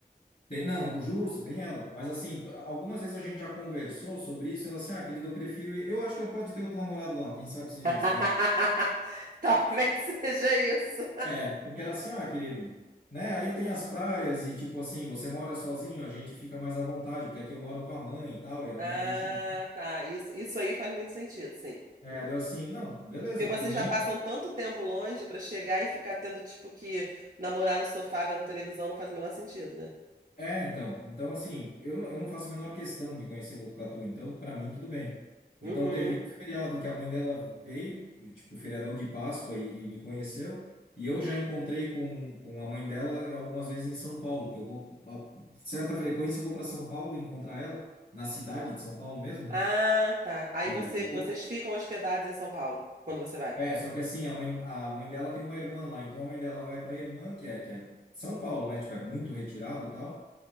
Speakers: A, on the left; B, on the right.
A: Tem, não, o justo, tem ela. Mas, assim, t- algumas vezes a gente já conversou sobre isso. Ela assim, ah, querido, eu prefiro ir. Eu acho que ela pode ter outro namorado lá. Quem sabe seja
B: <laughs>
A: isso, vai.
B: Talvez seja isso.
A: É, porque ela assim, ah, querido, né? Aí tem as praias e, tipo assim, você mora sozinho, a gente fica mais à vontade, porque aqui eu moro com a mãe e tal, e a
B: Ah,
A: mãe é meio chata.
B: tá. Isso, isso aí faz muito sentido, sim.
A: É, deu assim, não, beleza,
B: Porque vocês
A: por mim.
B: já passam tanto tempo longe pra chegar e ficar tendo, tipo, que namorar no sofá vendo televisão não faz o menor sentido, né?
A: É, então. Então, assim, eu não, eu não faço a menor questão de conhecer Botucatu, então, para mim, tudo bem. Então,
B: Uhum.
A: teve um feriado que a mãe dela veio, tipo, feriadão de Páscoa, e, e me conheceu, e eu já encontrei com, com a mãe dela algumas vezes em São Paulo, que eu vou, a certa frequência, eu vou para São Paulo encontrar ela, na cidade de São Paulo mesmo, né?
B: Ah, tá. Aí
A: E,
B: você,
A: e
B: vocês
A: como-
B: ficam hospedados em São Paulo quando você vai.
A: é, só que assim, a mãe, a mãe dela tem uma irmã lá, então a mãe dela vai para a irmã, que é, que é São Paulo, né? Tipo, é muito retirado e tal.